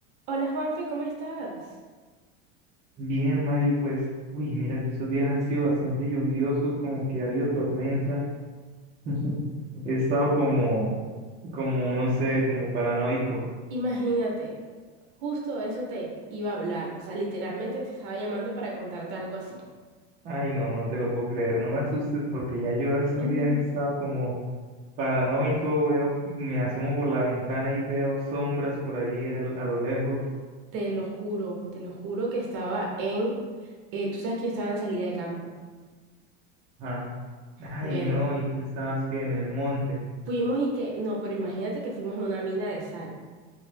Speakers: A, on the right; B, on the right.
A: Hola Juanfe, ¿cómo estás?
B: Bien, Mari, pues, uy, mira que estos días han sido bastante lluviosos, como que ha habido tormenta. <laughs> He estado como, como, no sé, como paranoico.
A: Imagínate, justo eso te iba a hablar, o sea, literalmente te estaba llamando para contarte algo así.
B: Ay, no, no te lo puedo creer. No me asustes porque ya yo estos
A: <laughs>
B: días he estado como paranoico. Veo, me asomo por la ventana y veo sombras por ahí al- a, lo lejos.
A: Te lo juro, te lo juro que estaba en, eh, tú sabes que yo estaba en salida de campo.
B: Ajá. Ay,
A: Bueno,
B: no, y tú estabas que en el monte.
A: fuimos y que, no, pero imagínate que fuimos a una mina de sal.